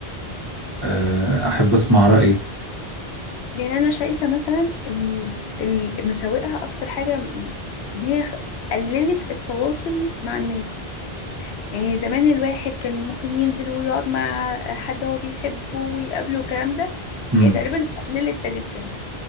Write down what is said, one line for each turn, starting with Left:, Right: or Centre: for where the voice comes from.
Right: آه، احب اسمع رأيك
Left: يعني انا شايفه مثلا ان ال- مساوئها اكتر حاجه م- ان هي خ- قللت التواصل مع الناس يعني زمان الواحد كان ممكن ينزل ويقعد مع حد هو بيحبه ويقابله والكلام ده
Right: هم
Left: هي تقريبا قللت ده جدا